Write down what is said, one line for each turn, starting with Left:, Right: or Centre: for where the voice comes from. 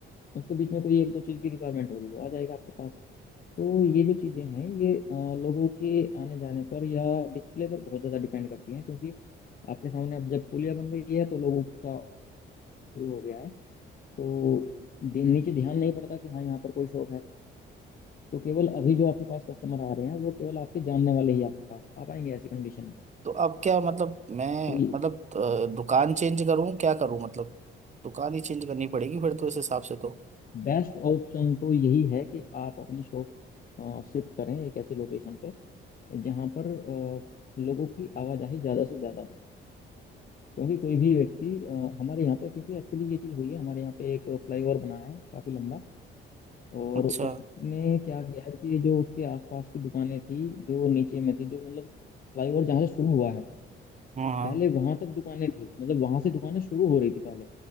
Left: उसको बीच में कोई एक दो चीज की रिक्वायरमेंट होगी वो आ जाएगा आपके पास तो ये जो चीजें हैं ये अ, लोगों के आने जाने पर या डिस्प्ले पर बहुत ज्यादा डिपेंड करती हैं क्योंकि आपके सामने अब जब पुलिया बन गई है तो लोगों का शुरू हो गया है तो दे- नीचे ध्यान नहीं पड़ता कि हाँ यहाँ पर कोई शॉप है तो केवल अभी जो आपके पास कस्टमर आ रहे हैं वो केवल आपके जानने वाले ही आपके पास आ पाएंगे ऐसी कंडीशन में
Right: तो अब क्या मतलब मैं
Left: कोई
Right: मतलब अ, दुकान चेंज करूं क्या करूं मतलब दुकान ही चेंज करनी पड़ेगी फिर तो इस हिसाब से तो
Left: बेस्ट ऑप्शन तो best option तो यही है कि आप अपनी शॉप शिफ्ट करें एक ऐसी लोकेशन पे जहाँ पर अ, लोगों की आवाजाही ज़्यादा से ज़्यादा हो क्योंकि कोई भी व्यक्ति अ, हमारे यहाँ पे क्योंकि एक्चुअली ये चीज़ हुई है हमारे यहाँ पे एक फ्लाईओवर बना है काफ़ी लंबा और
Right: अच्छा
Left: उसने क्या किया है कि जो उसके आसपास की दुकानें थी जो नीचे में थी जो मतलब फ्लाईओवर जहाँ से शुरू हुआ है
Right: हाँ हाँ
Left: पहले वहां तक दुकानें थी मतलब वहां से दुकानें शुरू हो रही थी पहले